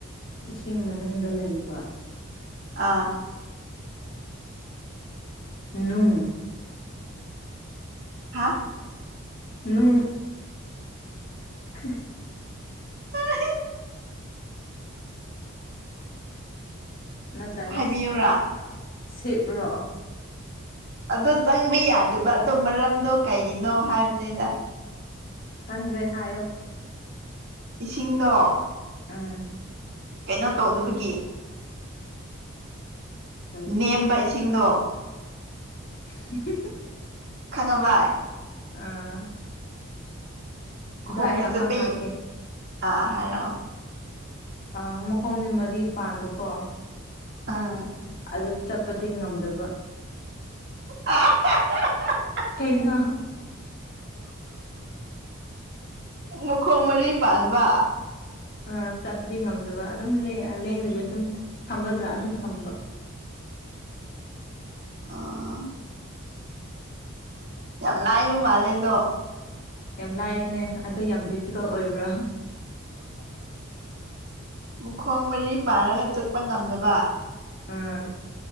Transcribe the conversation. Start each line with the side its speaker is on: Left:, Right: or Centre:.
Left: ꯏꯁꯤꯡ ꯃꯅꯨꯡꯗ ꯂꯩꯕ
Right: ꯑꯥ
Left: ꯅꯨꯡ
Right: ꯍꯥꯥ
Left: ꯅꯨꯡ <unintelligible>
Right: <unintelligible>
Left: ꯅꯠꯇ꯭ꯔꯒ
Right: ꯍꯥꯏꯕꯤꯌꯨꯔꯥ
Left: ꯁꯦꯞ ꯔꯣ
Right: ꯑꯗꯨ ꯆꯪꯕ ꯌꯥꯗꯕ ꯑꯗꯨ ꯃꯔꯝꯗꯣ ꯀꯩꯒꯤꯅꯣ ꯍꯥꯏꯕꯅꯤꯗ
Left: ꯈꯪꯗꯔꯦ ꯍꯥꯏꯣ
Right: ꯏꯁꯤꯡꯗꯣ
Left: ꯑꯝ
Right: ꯀꯩꯅꯣ ꯇꯧꯗꯕꯒꯤ
Left: ꯀꯩ
Right: ꯅꯦꯝꯕ ꯁꯤꯡꯗꯣ
Left: <unintelligible>
Right: ꯈꯪꯉꯕꯥꯏ
Left: ꯑꯥ ꯑꯗ
Right: ꯈꯣꯡꯅ
Left: ꯑꯩ ꯑꯃ
Right: ꯆꯠꯄ
Left: ꯍꯥꯏꯒꯦ
Right: ꯑꯥ ꯑꯥ ꯍꯥꯏꯔꯛꯑꯣ
Left: ꯑꯥ ꯃꯈꯣꯡꯗꯤ ꯃꯔꯤ ꯄꯥꯟꯕꯀꯣ
Right: ꯑꯥ
Left: ꯑꯗꯨ ꯆꯠꯄꯗꯤ ꯉꯝꯗꯕ
Right: <unintelligible>
Left: ꯀꯩꯅꯣ
Right: ꯃꯈꯣꯡ ꯃꯔꯤ ꯄꯥꯟꯕ
Left: ꯑꯥ ꯆꯠꯄꯗꯤ ꯉꯝꯗꯕ ꯑꯗꯨꯝ ꯂꯦꯡ ꯂꯦꯡꯗꯕꯤ ꯑꯗꯨꯝ ꯊꯝꯕꯖ꯭ꯔꯥ ꯑꯗꯨꯝ ꯊꯝꯕ <inaudible>
Right: ꯑꯥ ꯌꯥꯝ ꯂꯥꯏꯕ ꯃꯥꯜꯂꯦꯗꯣ
Left: ꯌꯥꯝ ꯂꯥꯏꯕꯅꯦ ꯑꯗꯣ ꯌꯥꯝ ꯗꯤꯐꯤꯀꯜꯠ ꯑꯣꯏꯕ꯭ꯔꯥ
Right: ꯃꯈꯨꯣꯡ ꯃꯔꯤ ꯄꯥꯟꯔꯒ ꯆꯠꯄ ꯉꯝꯗꯕ
Left: ꯑꯥ